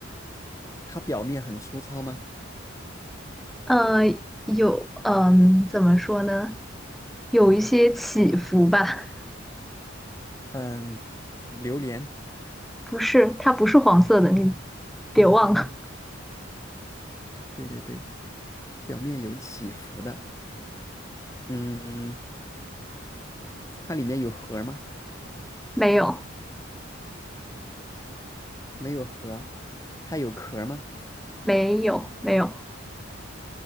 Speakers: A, on the left; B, in the centre.
A: 它表面很粗糙吗？
B: 呃，有，嗯，怎么说呢？有一些起伏吧。<laughs>
A: 嗯，榴莲，
B: 不是，它不是黄色的，你别忘了，
A: 对对对，表面有起伏的。嗯，它里面有核儿吗？
B: 没有，
A: 没有核。它有壳儿吗？
B: 没有，没有，